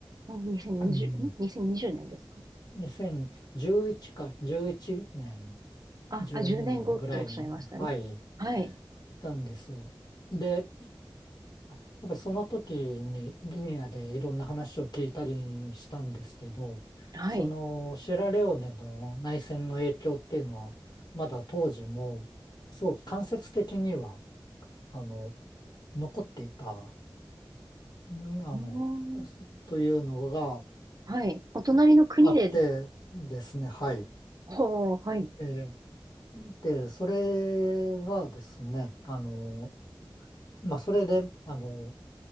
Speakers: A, on the right (about 50°); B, on the left (about 55°).
A: うん2020、
B: うん、
A: ん ?2020 年ですか
B: 2011か11年、
A: あ、
B: 12年ぐらいに、
A: あ、10年後っておっしゃいましたね。
B: はい、い
A: はい。
B: たんですよ。で、やっぱりその時にギニアでいろんな話を聞いたりしたんですけど、
A: はい。
B: そのシェラレオネの内戦の影響っていうのは、まだ当時も、すごく間接的には、あの、残っていた、んあの、
A: うーん
B: というのが
A: はい。お隣の国で、
B: あってですね、はい。
A: ほう、はい。
B: えーで、それがですね、あの、まあ、それで、あの、